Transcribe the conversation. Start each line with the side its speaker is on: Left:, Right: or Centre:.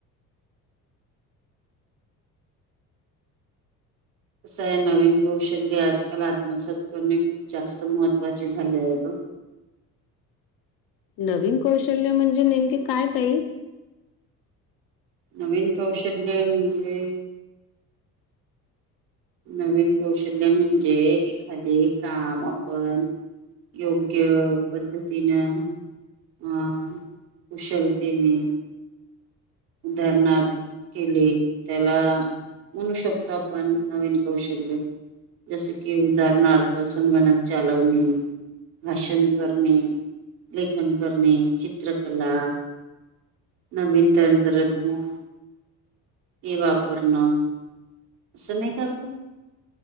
Right: असं आहे नवीन कौशल्य आजकाल आत्मसात करणे खूप जास्त महत्त्वाचे झाले आहे ग.
Left: नवीन कौशल्य म्हणजे नेमके काय ताई?
Right: नवीन कौशल्य म्हणजे. नवीन कौशल्य म्हणजे एखादे काम आपण योग्य पद्धतीनं अ कुशलतेने. धरनार. केले त्याला म्हणू शकतो आपण नवीन कौशल्य. जस की उदाहरणार्थ संगणक चालवणे. भाषण करणे लेखन करणे चित्रकला. नवीन तंत्रज्ञान. ये वापरणं असं नाही का ग.